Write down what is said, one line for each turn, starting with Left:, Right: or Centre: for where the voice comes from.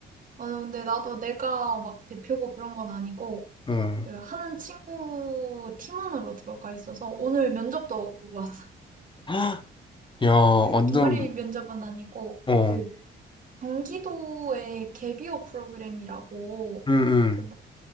Right: 아, 근데 나도 내가 막 대표고 그런 건 아니고,
Left: 응.
Right: 그 하는 친구 팀원으로 들어가 있어서 오늘 면접도 보고 왔어.
Left: 헉, 야, 완전,
Right: 그 동아리 면접은 아니고,
Left: 어,
Right: 그 경기도의 개비호 프로그램이라고,
Left: 응,
Right: 그 막,